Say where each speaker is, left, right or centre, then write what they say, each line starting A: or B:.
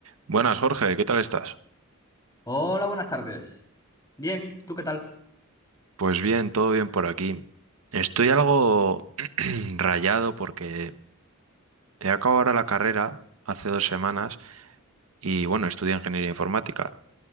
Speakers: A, on the right; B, on the left.
A: Buenas, Jorge, ¿qué tal estás?
B: Hola, buenas tardes. Bien, ¿tú qué tal?
A: Pues bien, todo bien por aquí. Estoy algo <clears throat> rayado porque he acabado ahora la carrera hace dos semanas y bueno, estudio ingeniería informática